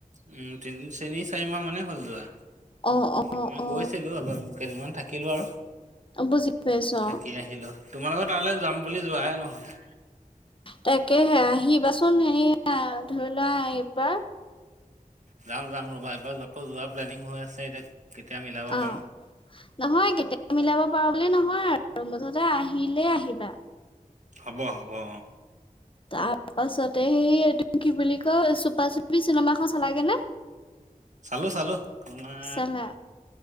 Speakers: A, on the right (about 55°); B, on the left (about 35°).
A: উম' তিনি চাৰি মাহ মানে হ'ল যোৱা।
B: অ অ
A: মই
B: অ
A: গৈছিলোঁ, অলপ কেইদিনমান থাকিলোঁ আৰু।
B: বুজি পাইছোঁ
A: থাকি
B: অ'।
A: আহিলো তোমালোকৰ তালৈ যাম বুলি যোৱায়ে নহ'লে।
B: তাকে হে, আহিবাচোন হেৰি এইয়া ধৰি লোৱা এইবাৰ।
A: যাম যাম ৰ'বা এবাৰ আকৌ যোৱা প্লেনিং হৈ আছে, এতিয়া কেতিয়া মিলাব
B: অ
A: পাৰোঁ।
B: নহয় কেতিয়া মিলাব পাৰো বুলি নহয় আৰু মুঠতে আহিলেই আহিবা।
A: হ'ব, হ'ব, অ।
B: তাৰপাছতে সেই এইটো কি বুলি কয় চুপা চুপি চিনেমাখন চালাগে নে?
A: চালো চালো তোমাৰ
B: চালা